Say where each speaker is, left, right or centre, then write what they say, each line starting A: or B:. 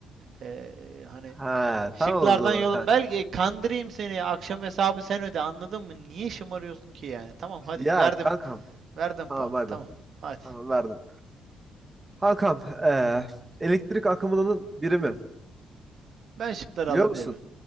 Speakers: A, on the right; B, on the right.
A: Eee, hani
B: Ha
A: şıklardan
B: tamam o zaman
A: yolu
B: kankam.
A: belki kandırayım seni. Akşam hesabı sen öde anladın mı? Niye şımarıyorsun ki yani? Tamam hadi
B: Ya
A: verdim.
B: kankam.
A: Verdim
B: Tamam
A: puanı
B: hadi.
A: tamam. Hadi.
B: Tamam verdim. Hakan, eee, elektrik akımının birimi
A: Ben şıkları
B: biliyor
A: alabilirim.
B: musun?